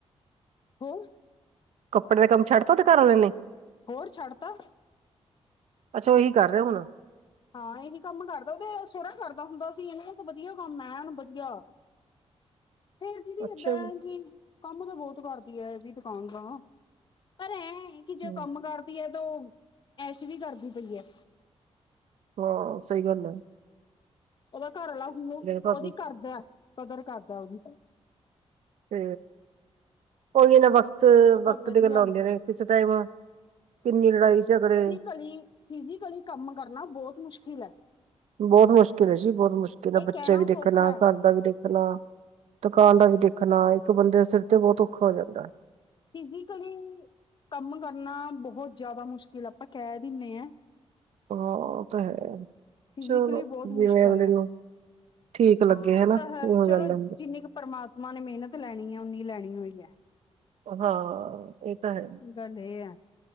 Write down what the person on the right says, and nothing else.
ਕੱਪੜੇ ਦੇ ਕੰਮ ਛੱਡਤਾ ੳਦੇ ਘਾਰ ਵਾਲੇ ਨੇ।
ਅੱਛਾ ਉਹੀ ਕਰ ਰਿਹਾ ਹੁਣ।
<inaudible>
ਅੱਛਾ
ਜੀ
ਹਮ,
ਹਾਂ ਸਹੀ ਗੱਲ ੲੈ।
ਭਾਬੀ
ਤੇ ਉਹੀ ਨਾ ਵ ਤ
ਵਕਤ
ਦੀਆਂ ਗੱਲਾਂ ਹੁੰਦੀਆਂ ਨੇ, ਕਿਸੇ ਟਾਈਮ ਕਿੰਨੀ ਲੜਾਈ ਝਗੜੇ
ਬੋਤ ਮੁਸ਼ਕਿਲ ਏ ਜੀ ਬੋਤ ਮੁਸ਼ਕਿਲ ੲੈ।
ਬੱਚੇ
ਵੀ
ਦੇਖਣਾ
ਘਾਰ ਦਾ ਵੀ ਦੇਖਣਾ। ਦੁਕਾਨ ਦਾ ਵੀ ਦੇਖਣਾ ਇੱਕ ਬੰਦੇ ਦੇ ਸਿਰ ਤੇ ਬਹੁਤ ਔਖਾ ਹੋ ਜਾਂਦੈ।
ਹਾਂ ੳ ਤਾਂ ਹੈ।
ਚਲੋ
ਜਿਵੇਂ
ਅਗਲੇ
ਨੂੰ ਠੀਕ ਲੱਗੇ
ਹੇਨਾ,
ਉਹ
ਜਾਂਦਾ।
ਹਾਂ ਇਹ ਤਾਂ ਹੈ।